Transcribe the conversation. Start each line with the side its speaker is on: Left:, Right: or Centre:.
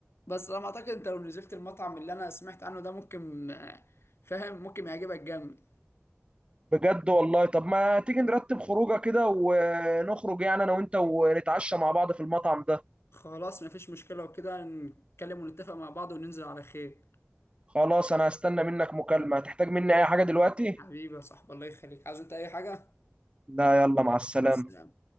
Left: بس انا اعتقد انت لو نزلت المطعم اللي انا سمعت عنه ده ممكن آه، فاهم ممكن يعجبك جامد
Right: بجد والله طب ما تيجي نرتب خروجه كده ونخرج يعني انا وانت ونتعشى مع بعض في المطعم ده
Left: خلاص مفيش مشكلة وكده نتكلم ونتفق مع بعض وننزل على خير
Right: خلاص انا هستنى منك مكالمه هتحتاج مني اي حاجه دلوقتي
Left: حبيبي يا صاحبي الله يخليك عايز انت اي حاجة
Right: لا يلا مع السلامه
Left: مع السلامة